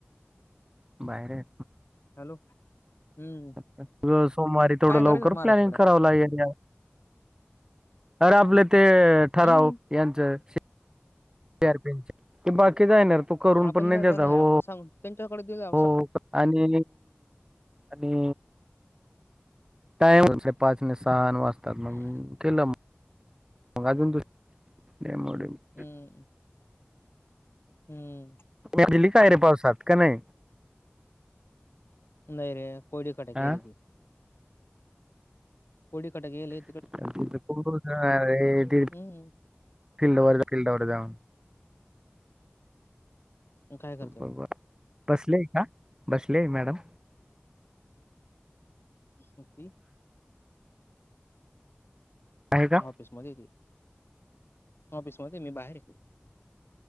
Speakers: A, on the right (about 20°); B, on the left (about 75°).
A: तू बाहेर ये.
B: हॅलो. हम्म
A: अर सोमवारी तेवढं
B: काय
A: लवकर
B: करायचं महाराजकडे
A: प्लॅनिंग करावं लागेल यार. अरे आपले ते ठराव,
B: हम्म
A: यांचं शे आरपिनचे ते बाकीच येणार तो करून
B: आपण
A: पण नाही
B: काय
A: देणार
B: करणार
A: हो....
B: आपण सांगून त्यांच्याकड देऊया.
A: हो आणि आणि टाइम तुमचे पाच न सहा न वाजतात मग
B: हम्म
A: केलं. वाजून गेले डेमो डेमो
B: हम्म हम्म
A: काय रे पावसात का नाही
B: नाही रे कोडीकड
A: हा
B: गेल ये ती कोडीकड गेल ये.
A: <unintelligible>
B: हम्म
A: फिल्डवर जा फिल्डवर जा
B: काय करते मग
A: बर बसलेय का बसलेय मॅडम
B: अस ती
A: आहे का
B: ऑफिस मध्ये ये ती ऑफिस मध्ये मी बाहेर ये.